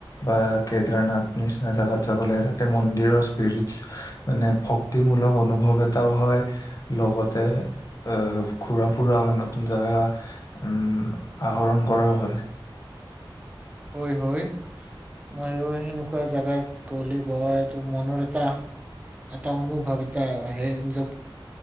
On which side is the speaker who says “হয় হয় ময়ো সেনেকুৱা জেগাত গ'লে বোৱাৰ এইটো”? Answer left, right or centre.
Right